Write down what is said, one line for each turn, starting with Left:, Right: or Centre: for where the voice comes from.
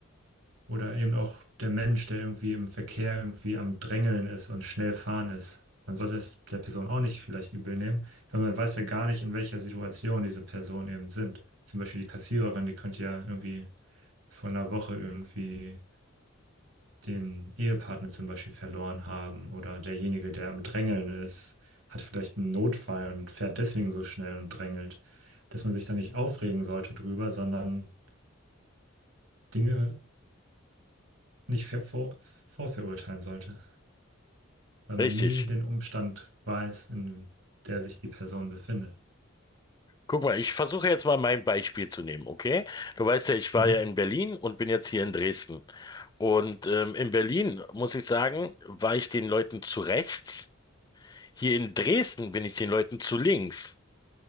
Right: oder eben auch der Mensch, der irgendwie im Verkehr irgendwie am Drängeln ist und schnell fahren ist. Man sollte es der Person auch nicht vielleicht übel nehmen, weil man weiß ja gar nicht, in welcher Situation diese Personen eben sind. Zum Beispiel die Kassiererin, die könnte ja irgendwie vor einer Woche irgendwie den Ehepartner zum Beispiel verloren haben. Oder derjenige, der am Drängeln ist, hat vielleicht einen Notfall und fährt deswegen so schnell und drängelt. Dass man sich da nicht aufregen sollte drüber, sondern Dinge nicht ver- vor vorverurteilen sollte. weil man
Left: richtig.
Right: nie den Umstand weiß, in der sich die Person befindet.
Left: Guck mal, ich versuche jetzt mal mein Beispiel zu nehmen, okay? Du weißt ja, ich war
Right: Mhm.
Left: ja in Berlin und bin jetzt hier in Dresden. Und ähm, in Berlin, muss ich sagen, war ich den Leuten zu rechts. Hier in Dresden bin ich den Leuten zu links.